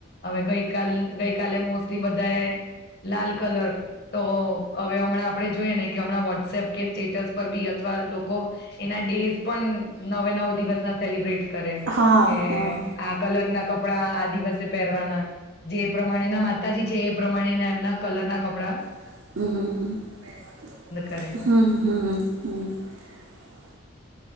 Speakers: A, on the left; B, on the right.
A: હવે ગઈકાલ ગઈકાલે મોસ્ટલી બધાએ લાલ કલર તો હવે હમણાં આપડે જોઈએ ને કે હમણાં વોટ્સએપ કે સ્ટેટસ પર બી અથવા લોકો એના ડેઝ પણ... નવે નવ દિવસ ના સેલિબ્રેટ કરે.
B: હા
A: કે
B: હા
A: આ કલર... ના કપડા આ દિવસે પહેરવાના... જે પ્રમાણેના માતાજી છે એ... પ્રમાણેના એમના કલર ના કપડા...
B: હમ હમ હમ
A: કરે
B: હમ હમ.